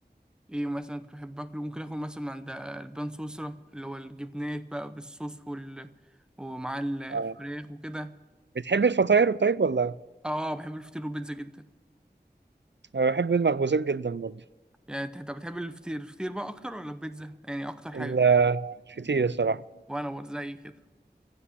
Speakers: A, in the centre; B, on the right.
A: ايه مثلا كنت بحب اكله ممكن اكل مثلا من عند البان سويسرا اللي هو الجبنات بقى بالصوص وال... ومع الفراخ
B: آه.
A: وكده
B: بتحب الفطاير طيب ولا
A: اه آه، بحب الفطير والبيتزا جدا
B: انا بحب المخبوزات جدا برضو
A: يعني انت أنت بتحب الفطير الفطير بقى اكتر ولا البيتزا يعني اكتر حاجه
B: ال- الفطير الصراحة
A: وانا برضه زي كده